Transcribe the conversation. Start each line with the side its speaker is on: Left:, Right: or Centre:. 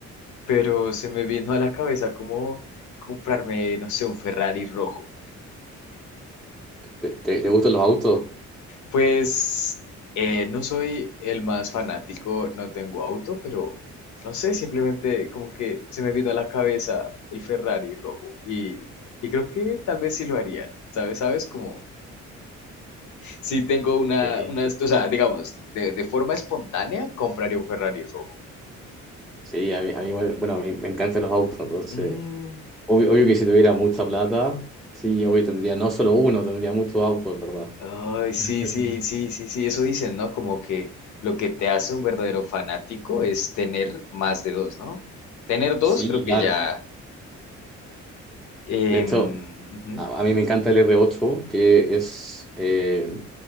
Left: pero se me vino a la cabeza como comprarme, no sé, un Ferrari rojo.
Centre: ¿Te, te- te gustan los autos?
Left: Pues eh, no soy el más fanático, no tengo auto, pero no sé, simplemente como que se me vino a la cabeza el Ferrari rojo y, y creo que tal vez sí lo haría, ¿sabes? ¿Sabes? Como si tengo una,
Centre: Sí,
Left: una, o sea, digamos, de, de forma espontánea compraría un Ferrari rojo.
Centre: Sí, a mí, a mí igual- bueno, a mí me encantan los autos, entonces,
Left: Mm,
Centre: obvio, obvio que si tuviera mucha plata, sí, obvio tendría no solo uno, tendría muchos autos, en verdad.
Left: ay, sí,
Centre: <laughs>
Left: sí, sí, sí, sí, eso dicen, ¿no? Como que lo que te hace un verdadero fanático es tener más de dos, ¿no? Tener dos
Centre: Sí,
Left: creo que
Centre: claro.
Left: ya Em,
Centre: De hecho,
Left: ujú,
Centre: A, a mí me encanta el R8, que es eh,